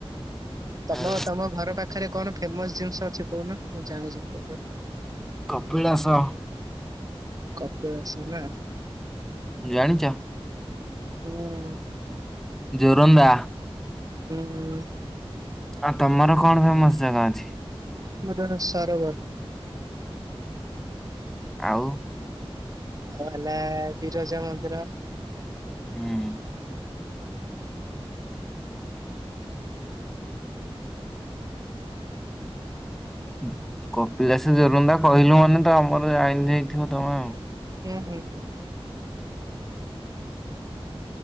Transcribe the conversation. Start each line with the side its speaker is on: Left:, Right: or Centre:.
Right: ତମ
Centre: ଆଉ
Right: ତମ ଘର ପାଖରେ କଣ ଫେମସ ଜିନିଷ ଅଛି କୋହୁନ ମୁଁ ଜାଣିଯିବି କୋଉଠୁ
Centre: କପିଳାସ।
Right: କପିଳାସ ନା
Centre: ଜାଣିଚ?
Right: ହୁଁ
Centre: ଜୋରନ୍ଦା
Right: ହୁଁ
Centre: ଆ ତମର କଣ ଫେମସ ଜାଗା ଅଛି?
Right: ଆମ ପାଖ ସରୋବର।
Centre: ଆଉ?
Right: ଆଉ ହେଲା ବିରଜା ମନ୍ଦିର।
Centre: ହୁଁ ହୁଁ କପିଳାସ ଜୋରନ୍ଦା କହିଲୁ ମାନେ ତ ଆମର ଜାଣି ଦେଇଥିବ ତମେ ଆଉ।
Right: ହୁଁ ହୁଁ ହୁଁ